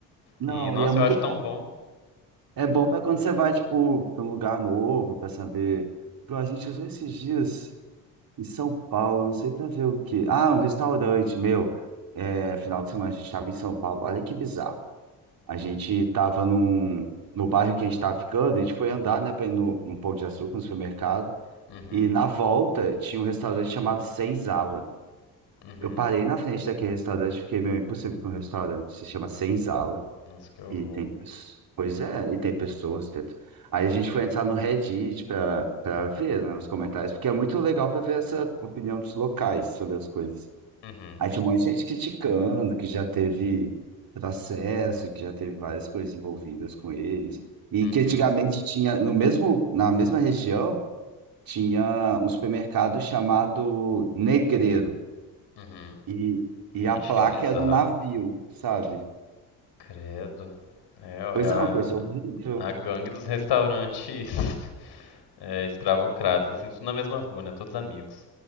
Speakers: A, on the right; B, on the left.
A: Não,
B: E, nossa,
A: e é muito
B: eu acho
A: bom.
B: tão bom.
A: É bom para quando você vai, tipo, para um lugar novo, para saber. Pô, a gente usou esses dias em São Paulo, não sei para ver o quê. Ah, um restaurante, meu. É, final de semana a gente estava em São Paulo. Olha que bizarro. A gente estava num, no bairro que a gente estava ficando, a gente foi andar, né, para ir no, num Pão de Açúcar, no supermercado.
B: Uhum,
A: E na volta tinha um restaurante chamado Senzala.
B: uhum.
A: Eu parei na frente daquele restaurante, fiquei meio impossível com um restaurante, se chama Senzala.
B: Nossa, que horror.
A: E tem, pes- pois é, e tem pessoas dentro. Aí a gente foi entrar no Reddit para para ver, né, os comentários, porque é muito legal para ver essa opinião dos locais sobre as coisas.
B: Uhum,
A: Aí tinha um monte de gente criticando, que já teve processo, que já teve várias coisas envolvidas com eles. E
B: uhum,
A: que antigamente tinha, no mesmo, na mesma região, tinha um supermercado chamado Negreiro.
B: uhum.
A: E, e
B: Gente,
A: a placa
B: que bizarro.
A: era um navio, sabe?
B: Credo. É,
A: Pois
B: é a,
A: é, uma coisa horrível.
B: a gangue dos restaurantes <laughs> é, escravocratas, assim, tudo na mesma rua, né? Todos amigos.